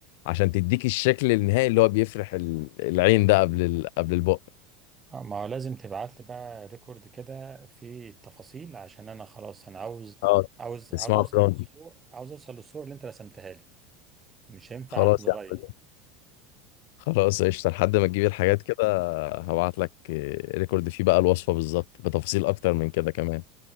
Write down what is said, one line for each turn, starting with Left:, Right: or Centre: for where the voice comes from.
Left: عشان تديك الشكل النهائي اللي هو بيفرح ال- العين ده قبل ال... قبل البق
Right: آه، ما هو لازم تبعت لي بقى ريكورد كده في التفاصيل عشان انا خلاص انا عاوز
Left: اه
Right: عاوز عاوز
Left: اسمها
Right: اوصل
Left: براوني
Right: للصور عاوز اوصل للصور اللي انت رسمتها لي مش هينفع
Left: خلاص
Right: تتغير
Left: يا عم خلاص قشطه لحد ما تجيب الحاجات كده هبعت لك ريكورد فيه بقى الوصفه بالظبط بتفاصيل اكتر من كده كمان